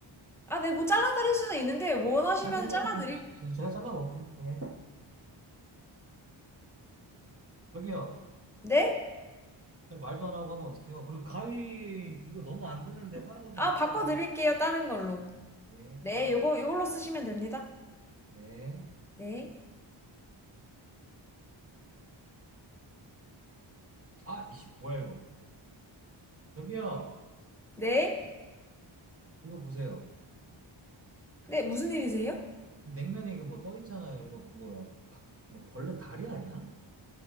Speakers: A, in the centre; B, on the right.
A: 아, 네, 뭐 잘라드릴 수는 있는데, 원하시면
B: 아, 됐어요.
A: 잘라드릴,
B: 그래, 제- 제가 잘라 먹을게요. 예. 저기요.
A: 네?
B: 아니, 말도 안 하고 하면 어떡해요. 그리고 가위, 이거 너무 안 드는데 다른 거 좀
A: 아,
B: 바꿔주세요.
A: 바꿔드릴게요, 다른 걸로.
B: 예.
A: 네, 요거, 요걸로 쓰시면 됩니다.
B: 네.
A: 네.
B: 아, 이씨, 뭐야, 이거. 저기요.
A: 네.
B: 이거 보세요.
A: 네, 무슨 일이세요?
B: 이 냉면에 이거 뭐 떠 있잖아요. 이거 뭐야. 바- 뭐 벌레 다리 아니야?